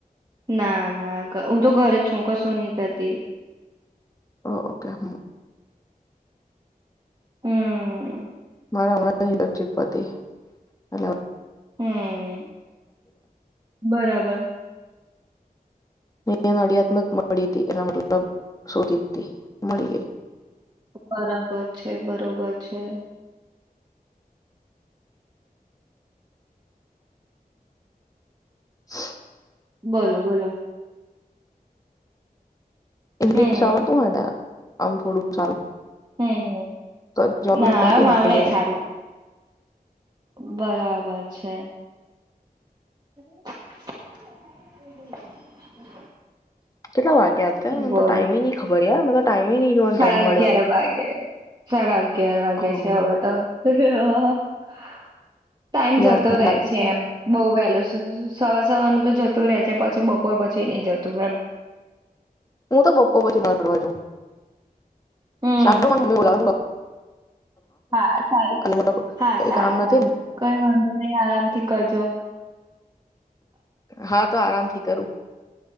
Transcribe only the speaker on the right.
ના ના ઘ હું તો ઘરે જ છું કશું નહી કરતી.
હમ.
હમ, બરાબર.
બરોબર છે બરોબર છે.
બોલો બોલો.
હમ
હમ,
ના
આમ
આવડે
સારું, બરાબ બ છે. <inaudible>
બોલો
સાડા
અગિયાર
વાગે સાડા અગિયાર વાગે
છે હવે તો. હી હી હ હ <unintelligible> ટાઈમ જતો
રહેે
છે એમ બહ વહેલું. સવા સવારનું તો જતું રે છે પછી બપોર પછી નઈ જતું એમ.
હમ
હા સારું
હા
સારું
સારું
કઈ વાંધો નહી આરામથી કરજો.